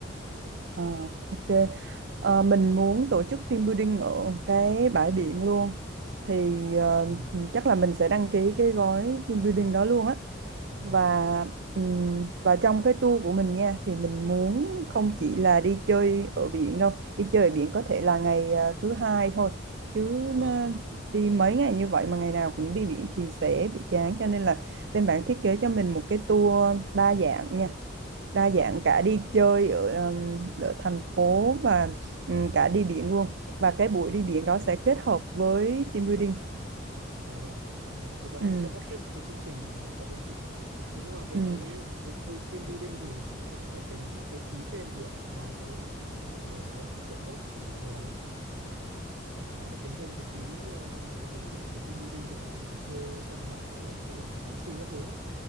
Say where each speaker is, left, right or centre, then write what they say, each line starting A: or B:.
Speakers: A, on the right (about 65°); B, on the right (about 75°).
A: Ờ, ok. Ờ,
B: Vâng.
A: mình muốn tổ chức team building ở cái bãi biển luôn. Thì ờ,
B: Vâng.
A: chắc là mình sẽ đăng ký cái gói team building đó luôn á.
B: Vâng.
A: Và ừm, và trong cái tour của mình nha thì mình muốn không chỉ là đi chơi ở biển đâu. Đi chơi ở biển có thể là ngày à, thứ hai thôi. Chứ
B: Vâng
A: à,
B: ạ,
A: đi mấy ngày như vậy mà ngày nào cũng đi biển thì sẽ bị chán. Cho nên là bên bạn thiết kế cho mình một cái tour đa dạng nha
B: dạ
A: đa
B: vâng
A: dạng
B: ạ,
A: cả
B: vâng,
A: đi chơi ở, um, ở thành phố và um, cả đi biển luôn và cái buổi đi biển đó sẽ kết hợp với team building
B: dạ vâng. Vâng, thì bọn
A: ừ,
B: em sẽ sắp xếp cái chương trình cho bên chị. Thế nhưng mà cái
A: ừ,
B: cái dịch vụ team building thì bọn em cũng phải tính cái phí thêm chị ạ. Ngoài cái ờ, dịch vụ là 6 triệu mốt trên một người ấy, thì bọn em sẽ tính thêm cái phí ờ, dịch vụ của team building thì bọn em phải thuê sân bãi rồi thuê MC các thứ đấy,